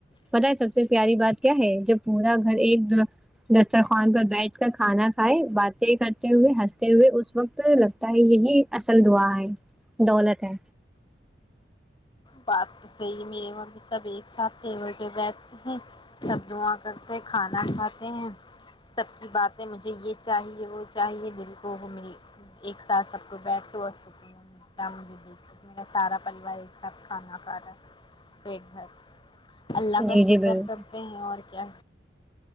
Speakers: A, in the centre; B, on the left.
A: بتہ سب سے پیاری بات کیا ہے جب پورا گھر ایک دس دسترخوان پر بیٹھ کر کھانا کھائے باتیں کرتے ہوئے ہنس تے ہوئے اس وقت لگتا ہے یہی اصل دعا ہے دولت ہے
B: بات تو صحیح ہے میرے وہاں بھی سب ایک ساتھ تھے وہ جو بیھتے ہیں سب دعا کرتے کھانا کھاتے ہیں سب کی باتیں مجھے یہ چاہیے وہ چاہیے دل کو وہ ملی ایک ساتھ سب کو بیٹھ کے بہت سکوں ملتا ہے مجھے میرا سارا پریوار ایک ساتھ کھانا کھا رہا ہے پیٹ بھر اللہ کا
A: جی جی
B: شکر
A: بالکل
B: کرتے ہیں اور کیا